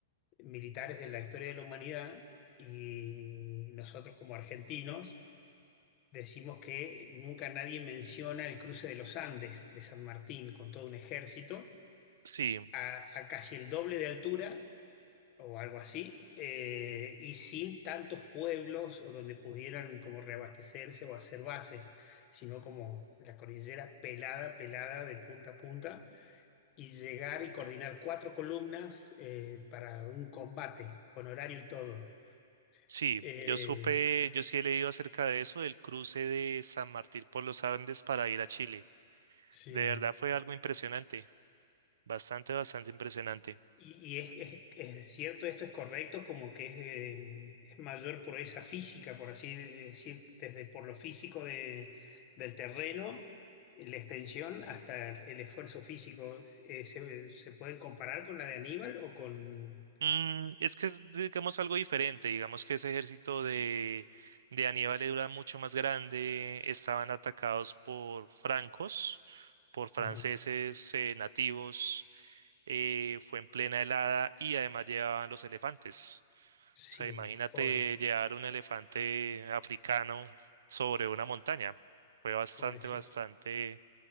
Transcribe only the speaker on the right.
Sí,
sí,
yo supe, yo sí he leído acerca de eso, del cruce de San Martín por los Andes para ir a Chile.
De verdad fue algo impresionante, bastante, bastante impresionante.
Mm, es que es, digamos, algo diferente, digamos que ese ejército de, de Aníbal era mucho más grande, estaban atacados por francos, por franceses
eh, nativos, eh, fue en plena helada y además llevaban los elefantes.
O sea, imagínate
llevar un elefante africano sobre una montaña. Fue bastante,
bastante